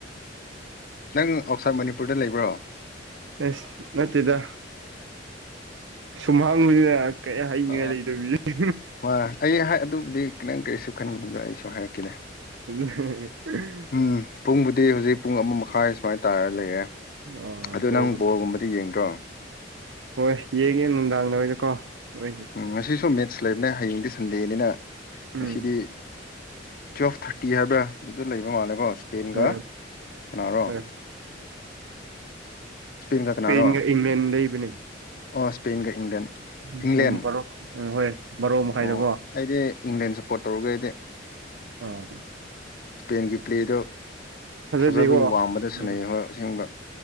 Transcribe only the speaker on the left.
ꯅꯪ ꯑꯥꯎꯠꯁꯥꯏꯠ ꯃꯅꯤꯄꯨꯔꯗ ꯂꯩꯕ꯭ꯔꯣ
ꯑ
ꯍꯣꯏ ꯑꯩ ꯍꯥꯏ ꯑꯗꯨꯕꯨꯗꯤ ꯈꯤꯇꯪ ꯀꯔꯤꯁꯨ ꯈꯟꯒꯅꯨꯗ ꯑꯩꯁꯨ ꯍꯥꯏꯔꯛꯒꯦꯅꯦ
ꯎꯝ ꯄꯨꯡꯕꯨꯗꯤ ꯍꯧꯖꯤꯛ ꯄꯨꯡ ꯑꯃ ꯃꯈꯥꯏ ꯁꯨꯃꯥꯏꯅ ꯇꯥꯔ ꯂꯩꯔꯦ
ꯑꯣ ꯅꯪ ꯕꯣꯜꯒꯨꯝꯕꯗꯤ ꯌꯦꯡꯗ꯭ꯔꯣ
ꯉꯁꯤꯁꯨ ꯃꯦꯠꯁ ꯂꯩꯕꯅꯦ ꯍꯌꯦꯡꯗꯤ ꯁꯟꯗꯦꯅꯤꯅ ꯉꯁꯤꯗꯤ
ꯇꯨꯋꯦꯜꯐ ꯊꯥꯔꯇꯤ ꯍꯥꯏꯕ꯭ꯔꯥ ꯑꯗꯨꯗ ꯂꯩꯕ ꯃꯥꯜꯂꯦꯀꯣ ꯏꯁꯄꯦꯟꯒ
ꯀꯅꯥꯔꯣ
ꯁ꯭ꯄꯦꯟꯒ
ꯀꯅꯥꯔꯣ
ꯑꯣ ꯏꯁ꯭ꯄꯦꯟꯒ ꯏꯪꯂꯦꯟ
ꯏꯪꯂꯦꯟ
ꯑꯣ ꯑꯩꯗꯤ ꯏꯪꯂꯦꯟ ꯁꯄꯣꯔꯠ ꯇꯧꯔꯒꯦ ꯑꯩꯗꯤ
ꯏꯁꯄꯦꯟꯒꯤ ꯄ꯭ꯂꯦꯗꯣ
ꯊꯥꯖꯕꯒꯤ ꯋꯥꯡꯃꯗ ꯁꯥꯟꯅꯩ
ꯍꯣꯏ ꯑꯁꯦꯡꯕ